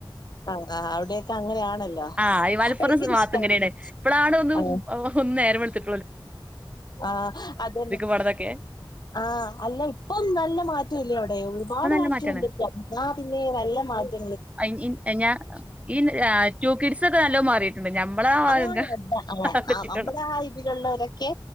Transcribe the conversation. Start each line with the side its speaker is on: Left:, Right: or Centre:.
Left: ആഹ് ആഹ് അവിടെയൊക്കെ അങ്ങനെയാണല്ലോ
Right: ആ മലപ്പുറം
Left: ഭയങ്കര
Right: ഭാഗത്ത്
Left: ഇഷ്ടായിരിക്കും
Right: ഇങ്ങനെയാണ് ഇപ്പഴാണ് ഒന്ന്
Left: ആ
Right: ഒ ഏവടുട്ടു
Left: ആ അതെ
Right: പോകണംന്നൊക്കെ
Left: ആഹ അല്ല ഇപ്പൊ നല്ല മാറ്റല്ല അവിടെ ഒരുപാട്
Right: ഇപ്പൊ നല്ല
Left: മാറ്റംണ്ട്
Right: മാറ്റാണ്
Left: പിന്നെ നല്ല മാറ്റ
Right: ഉം ഞാൻ ഈ ടു കിഡ്സ് ഒക്കെ നല്ലോ മാറിയിട്ടുണ്ട് ഞമ്മളെ
Left: അ ആ ആ
Right: ആഹ്
Left: ആ നമ്മടെ ആ ഇതിലുള്ളവരൊക്കെ